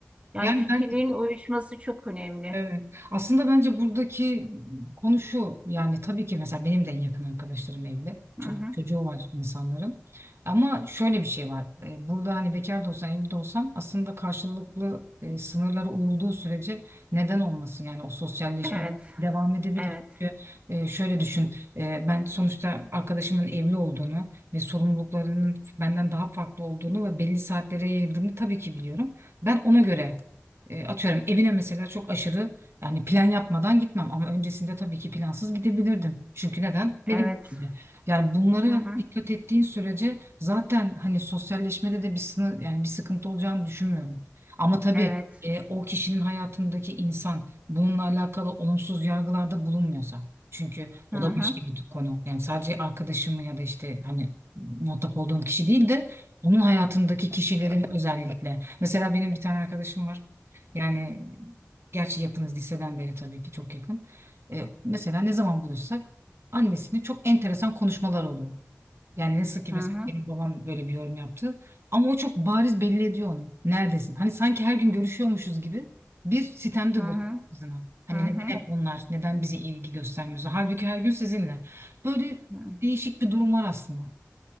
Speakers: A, on the right; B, on the right.
A: Yani
B: Yani
A: fikirlerin
B: ben
A: uyuşması çok önemli.
B: Evet. Aslında bence buradaki konu şu yani tabii ki mesela benim de en yakın arkadaşlarım evli. Çok
A: Hı hı.
B: çocuğu var insanların. Ama şöyle bir şey var. E, Burada hani bekar da olsan evli de olsan aslında karşılıklı e, sınırlara uyulduğu sürece neden olmasın? Yani o sosyalleşme
A: Evet.
B: devam edebilir.
A: Evet.
B: Çünkü e, şöyle düşün. E, Ben sonuçta arkadaşımın evli olduğunu ve sorumluluklarının benden daha farklı olduğunu ve belli saatlere yayıldığını tabii ki biliyorum. Ben ona göre e, atıyorum evine mesela çok aşırı yani plan yapmadan gitmem ama öncesinde tabii ki plansız gidebilirdim. Çünkü neden?
A: Evet.
B: Benim için. Yani bunlara
A: Hı hı.
B: dikkat ettiğin sürece zaten hani sosyalleşmede de bir sınır yani bir sıkıntı olacağını düşünmüyorum. Ama tabii
A: Evet.
B: e, o kişinin hayatındaki insan bununla alakalı olumsuz yargılarda bulunmuyorsa. Çünkü o
A: Hı hı.
B: da başka bir konu. Yani sadece arkadaşımı ya da işte hani muhatap olduğum kişi değil de onun hayatındaki kişilerin özellikle. Mesela benim bir tane arkadaşım var. Yani gerçi yakınız liseden beri tabii ki çok yakın. E, mesela ne zaman buluşsak annesinin çok enteresan konuşmalar oluyor. Yani nasıl ki
A: Hı
B: mesela
A: hı.
B: benim babam böyle bir yorum yaptı. Ama o çok bariz belli ediyor onu. Neredesin? Hani sanki her gün görüşüyormuşuz gibi bir sitemde
A: Hı
B: bulunuyor
A: hı.
B: kızına. Hani
A: Hı
B: neden
A: hı.
B: hep onlar? Neden bize ilgi göstermiyorsun? Halbuki her gün sizinle. Böyle
A: Hı.
B: değişik bir durum var aslında.